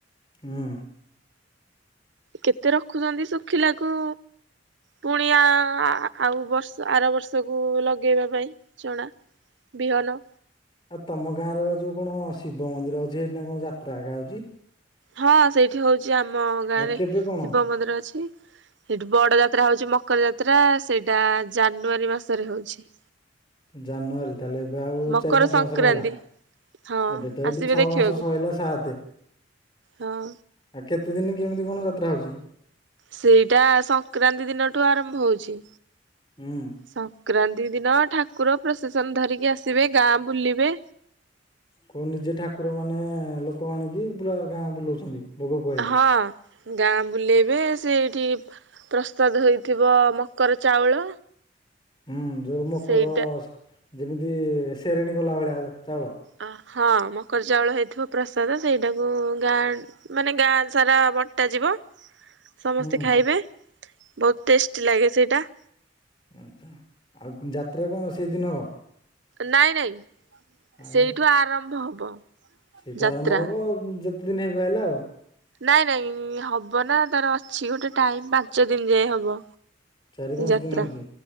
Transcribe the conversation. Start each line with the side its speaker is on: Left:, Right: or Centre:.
Left: ହୁଁ।
Right: କେତେ ରଖୁଚନ୍ତି ଶୁଖିଲାକୁ ପୁଣିଆ ଆ ଆଉ ବର୍ଷ ଆର ବର୍ଷକୁ ଲଗେଇବା ପାଇଁ ଚଣା। ବିହନ।
Left: ଆଉ ତମ ଗାଁରେ ବା ଯୋଉ କଣ ଶିବ ମନ୍ଦିର ଅଛି ସେଇଠିନା କଁ ଯାତ୍ରା ଏକା ହଉଚି।
Right: ହଁ ସେଇଠି ହଉଚି ଆମ ଗାଁରେ
Left: ଆଉ କେବେ
Right: ଶିବ
Left: କଣ?
Right: ମନ୍ଦିର ଅଛି। ସେଠି ବଡ ଯାତ୍ରା ହଉଚି ମକର ଯାତ୍ରା, ସେଇଟା ଜାନୁଆରୀ ମାସରେ ହଉଚି।
Left: ଜାନୁଆରୀ ତାହେଲେ ଏବେ ଆଉ
Right: ମକର
Left: ଚାରି ପାଞ୍ଚ
Right: ସଂକ୍ରାନ୍ତି
Left: ମାସ ରହିଲା।
Right: ହଁ
Left: ଏବେ ତ ଏଇଠି
Right: ଆସିବେ
Left: ଛଅ
Right: ଦେଖିବାକୁ
Left: ମାସ ସଇଲା ସାତେ।
Right: ହଁ।
Left: ଆ କେତେ ଦିନ କେମିତି କଣ ଯାତ୍ରା ହଉଚି?
Right: ସେଇଟା ସଂକ୍ରାନ୍ତି ଦିନଠୁ ଆରମ୍ଭ ହଉଚି।
Left: ହୁଁ।
Right: ସଂକ୍ରାନ୍ତି ଦିନ ଠାକୁର ପ୍ରଶେସନ ଧରିକି ଆସିବେ ଗାଁ ବୁଲିବେ।
Left: କୁ ନିଜେ ଠାକୁର ମାନେ ଲୋକ ଆଣିକି ପୁରା ଗାଁ ବୁଲଉଛନ୍ତି? ଭୋଗ ଖୁଆଇକି।
Right: ହଁ। ଗାଁ ବୁଲେଇବେ ସେଇଠି ପ୍ରସାଦ ହେଇଥିବ ମକର ଚାଉଳ।
Left: ହୁଁ ଯୋଉ ମକର
Right: ସେଇଟା
Left: ଯେମିତି ଶେରେଣୀ କଲା ଭଳିଆ ଚାଉଳ।
Right: ଅ ହଁ ମକର ଚାଉଳ ହେଇଥିବ। ପ୍ରସାଦ ସେଇଟାକୁ ଗାଁ ମାନେ ଗାଁ ସାରା ବଣ୍ଟାଯିବ। ସମସ୍ତେ
Left: ହୁଁ
Right: ଖାଇବେ ବହୁତ ଟେଷ୍ଟି ଲାଗେ ସେଇଟା।
Left: ଆଚ୍ଛା ଆଉ ଯାତ୍ରା କଣ ସେଇଦିନ ହବ।
Right: ନାଇଁ ନାଇଁ
Left: ଆଉ
Right: ସେଇଠୁ ଆରମ୍ଭ ହବ।
Left: ସେଇଠୁ
Right: ଯାତ୍ରା।
Left: ଆରମ୍ଭ ହବ ଯେତେ ଦିନ ହେଇପାଇଲା ଆଉ।
Right: ନାଇଁ ନାଇଁ ହବ ନା ତାର ଅଛି ଗୋଟେ ଟାଇମ ପାଞ୍ଚ ଦିନି ଯାଏ ହବ।
Left: ଚାରି ପାଞ୍ଚ
Right: ଯାତ୍ରା
Left: ଦିନ ହଉଚି,